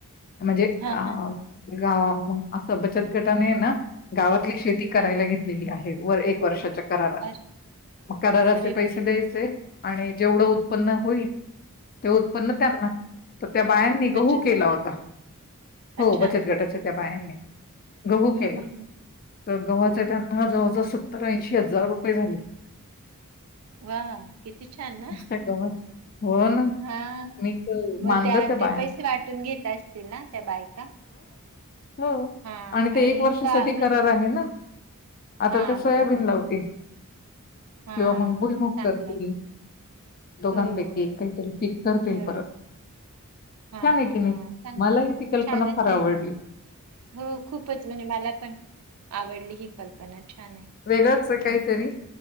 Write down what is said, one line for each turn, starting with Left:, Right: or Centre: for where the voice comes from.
Left: म्हणजे
Right: हा
Left: अ
Right: हा हा
Left: गाव असं बचत गटाने ना गावातली शेती करायला
Right: हा
Left: घेतलेली आहे वर एक वर्षाच्या करारा
Right: अरे
Left: मग कराराचे
Right: अरे वा
Left: पैसे द्यायचे आणि जेवढं उत्पन्न
Right: हम्म
Left: होईल ते उत्पन्न
Right: हम्म
Left: त्यांना तर त्या बायांनी
Right: बचत
Left: गहू केला
Right: गटाला
Left: होता हो
Right: अच्छा
Left: बचत
Right: हम्म
Left: गटाच्या त्या बायांनी गहू
Right: हम्म
Left: केला
Right: हम्म
Left: तर गव्हाचा त्यांना हा जवळजवळ सत्तर ऐंशी हजार रुपये झाले
Right: वा किती छान ना
Left: नुसत्या गव्हाचे हो ना
Right: हा
Left: मी तर
Right: मग
Left: मानलं
Right: त्या
Left: बायांना
Right: ते पैसे वाटून घेत असतील ना त्या बायका
Left: हम
Right: हा
Left: आणि ते एक वर्षासाठी
Right: का म्हणजे
Left: करार आहे ना आता
Right: हा
Left: ते सोयाबीन
Right: बरोबर
Left: लावतील किंवा
Right: हा
Left: मग बुईमूग
Right: चांगलाय
Left: करतील. दोघाण
Right: हो
Left: पैकी एक काय तर पिक करतील
Right: बरोबर
Left: परत
Right: हा
Left: छान आहे
Right: हा
Left: की मी
Right: हा चांगलाय
Left: मला हे ती कल्पना
Right: छानच
Left: फार
Right: आहे
Left: आवडली.
Right: हो खूपच म्हणजे मला पण आवडली ही कल्पना छान आहे
Left: वेगच आहे
Right: हम्म
Left: काहीतरी